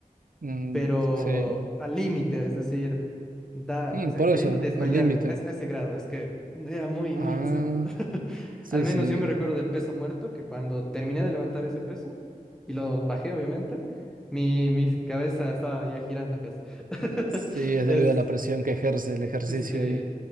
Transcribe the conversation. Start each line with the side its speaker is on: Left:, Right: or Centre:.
Right: mm,
Centre: pero
Right: sí.
Centre: al límite, es decir, da,
Right: Mm,
Centre: o sea,
Right: por
Centre: queriendo
Right: eso,
Centre: desmayarme
Right: al límite.
Centre: a, es- a ese grado, es que era muy,
Right: Ah,
Centre: muy insano. <laughs>
Right: sí,
Centre: Al menos
Right: sí.
Centre: yo me recuerdo del peso muerto, que cuando terminé de levantar ese peso, y lo bajé, obviamente, mi, mi cabeza estaba ya girando casi. <laughs>
Right: Sí, es
Centre: Es.
Right: debido a la presión que ejerce el ejercicio
Centre: Sí.
Right: ahí.